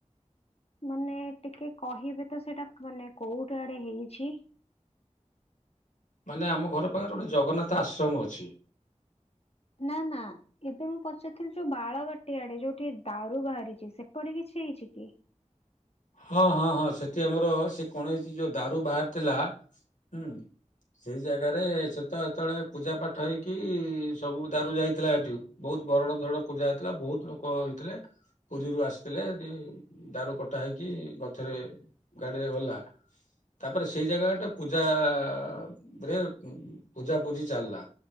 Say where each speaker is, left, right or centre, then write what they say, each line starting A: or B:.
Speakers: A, on the left (about 55°); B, on the left (about 85°).
A: ମାନେ ଟିକେ କହିବେ ତ ସେଇଟା ମାନେ କୋଉଟି ଆଡେ ହେଇଛି।
B: ମାନେ ଆମ ଘର ପାଖରେ ଗୋଟେ ଜଗନ୍ନାଥ ଆଶ୍ରମ ଅଛି।
A: ନା ନା ଏବେ ମୁଁ ପଚାରଥିଲି ଯୋଉ ବାଳ ବାଟି ଆଡେ ଯୋଉଠି ଦାରୁ ବାହାରିଛି ସେପଟେ କିଛି ହେଇଛି କି?
B: ହଁ ହଁ ହଁ ସେଠି ଆମର ସେ କଣ ହେଇଛି ଯୋଉ ଦାରୁ ବାହାରି ଥିଲା ହୁଁ ସେଇ ଜାଗାରେ ସେ ତ ଯେତେବେଳେ ପୂଜା ପାଠ ହେଇକି ସବୁ ଦାରୁ ଯାଇଥିଲା ଏଠି ବହୁତ ବରଣ ଧରଣ ପୂଜା ହେଇଥିଲା ବହୁତ ଲୋକ ହେଇଥିଲେ ପୁରୀରୁ ଆସିଥିଲେ ଏଠି ଦାରୁ କଟା ହେଇକି ଗଛରେ ଗାଡିରେ ଗଲା ତାପରେ ସେଇ ଜାଗାଟା ପୂଜରେ ପୂଜା ପୂଜି ଚାଲିଲା